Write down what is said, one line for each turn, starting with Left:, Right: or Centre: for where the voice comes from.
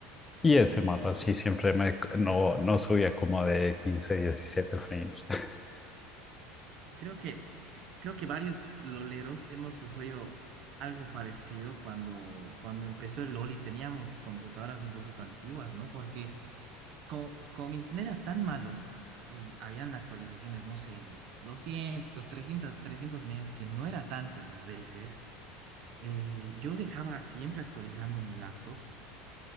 Left: Y ese mapa sí siempre me, no, no subía como de 15, 17 frames. <laughs>
Right: Creo que Creo que varios loleros hemos sufrido algo parecido cuando, cuando empezó el LOL y teníamos computadoras un poquito antiguas, ¿no? Porque como, como mi internet era tan malo y habían actualizaciones, no sé, de 200 300, 300 megas, que no era tanto esas veces, eh, yo dejaba siempre actualizando mi laptop